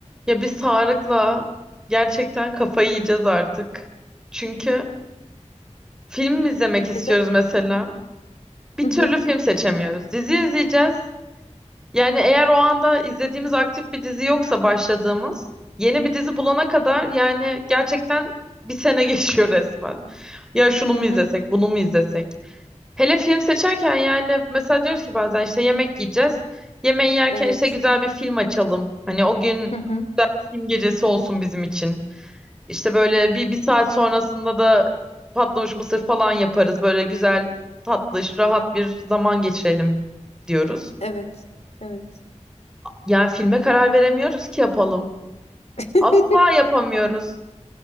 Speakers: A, in the centre; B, on the left.
A: Ya biz Tarık'la gerçekten kafayı yiyeceğiz artık. Çünkü film mi izlemek istiyoruz
B: Neden?
A: mesela. Bir
B: Hı hı.
A: türlü film seçemiyoruz. Dizi izleyeceğiz. Yani eğer o anda izlediğimiz aktif bir dizi yoksa başladığımız yeni bir dizi bulana kadar yani gerçekten bir sene <laughs> geçiyor resmen. Ya şunu
B: Hı
A: mu
B: hı.
A: izlesek, bunu mu izlesek? Hele film seçerken yani mesela diyoruz ki bazen işte yemek yiyeceğiz. Yemeği yerken
B: Evet.
A: işte güzel bir film açalım. Hani o gün
B: Hı hı.
A: güzel bir film gecesi olsun bizim için. İşte böyle bir, bir saat sonrasında da patlamış mısır falan yaparız. Böyle güzel, tatlış, rahat bir zaman geçirelim diyoruz.
B: Evet. Evet.
A: Yani filme karar veremiyoruz ki yapalım.
B: <laughs>
A: Asla yapamıyoruz.